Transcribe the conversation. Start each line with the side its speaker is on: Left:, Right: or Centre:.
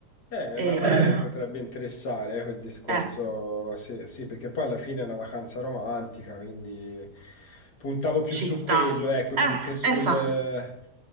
Left: Eh,
Right: Eh,
Left: ma magari
Right: eh,
Left: mi potrebbe interessare, eh, quel discorso,
Right: eh,
Left: sì, sì, perché poi alla fine è una vacanza romantica, quindi puntavo più
Right: ci
Left: su
Right: sta.
Left: quello, ecco,
Right: Eh,
Left: più che sul...
Right: eh, fa.
Left: eh,